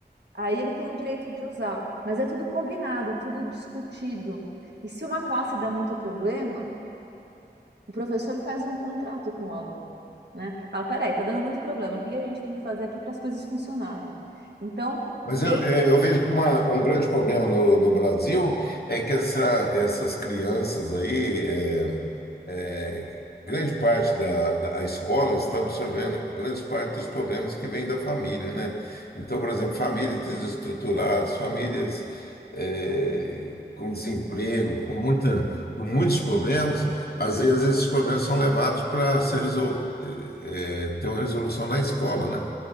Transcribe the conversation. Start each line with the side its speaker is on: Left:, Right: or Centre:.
Right: Aí ele tem o direito de usar, mas é tudo combinado, é tudo discutido. E se uma classe dá muito problema, o professor faz um contrato com o aluno, né? Fala, peraí, tá dando muito problema. O que que a gente tem que fazer aqui para as coisas funcionarem? Então,
Left: Mas
Right: ei,
Left: eu, é, eu vejo que uma- um grande problema no, no Brasil é que essa, essas crianças aí, é, é, grande parte da, da a escola está absorvendo grande parte dos problemas que vêm da família, né? Então, por exemplo, famílias desestruturadas, famílias é, com desemprego, com muita, com muitos problemas, às vezes esses problemas são levados para ser resol, é, é, ter uma resolução na escola, né?